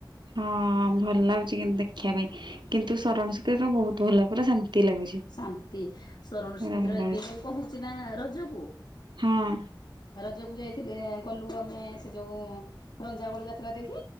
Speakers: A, on the right; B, on the left.
A: ହଁ ଭଲ ଲାଗୁଛି କିନ୍ତୁ ଦେଖିବା ପାଇଁ କିନ୍ତୁ ଶରଣ ଶୁତୀ ବହୁତ ଭଲ ପୁରା ଶାନ୍ତି ଲାଗୁଛି।
B: ଶାନ୍ତି ଶରଣ
A: ପୁରା
B: ଶ୍ରୀକ୍ଷତ୍ର
A: ଭଲ ଲାଗୁଛି।
B: ଏବେ ଯୋଉ କହୁଛି ନା ରଜକୁ।
A: ହଁ।
B: ରଜକୁ ଯାଇଥିଲେ ଗଲୁ ଆମେ ସେ ଯୋଉ ରଞ୍ଜାଗୋଳ ଯାତ୍ରା ଦେଖି।